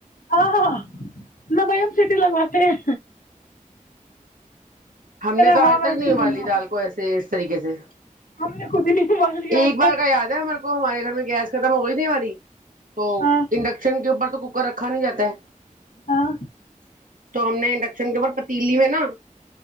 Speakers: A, on the left; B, on the right.
A: ہاں ہاں نہ بھائی ہم سیٹی لگواتے ہیں
B: ہم نے
A: رہا
B: تو آج
A: ہاں
B: تک
A: ویسے
B: نہیں
A: ہی
B: ابالی
A: بناؤ
B: دال کو ایسے اس طریقے سے
A: ہم نے خود ہی نہیں ابال لیا
B: ایک
A: آج تک
B: بار کا یاد ہے میرے کو ہمارے گھر گیس ختم ہوئی تھی ہماری تو
A: ہاں
B: انڈکشن کے اوپر تو کوکر رکھا نہیں جاتا ہے
A: ہاں
B: تو ہم نے انڈکشن کے اوپر پتیلی میں نا